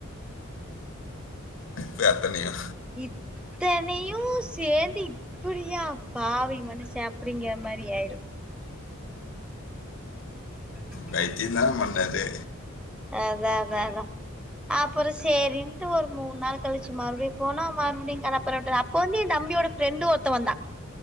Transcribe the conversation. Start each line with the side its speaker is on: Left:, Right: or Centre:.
Left: பே தணியு
Centre: இத்தனையு சேந்தி ப் இப்புடியா பாவி மனுஷ அப்டிங்கற மாரி ஆயிடு <inaudible>
Left: வைத்திய தானே பண்ணாரு
Centre: அதா தா தா அதா அப்றோ சேரின்னுட்டு ஒரு மூன் நாள் கழிச்சு மறுபடியு போனா மறுபடியு களப்புறட்டுடா பொன்னியு தம்பியோட ஃப்ரெண்டு் ஒருத்த வந்தா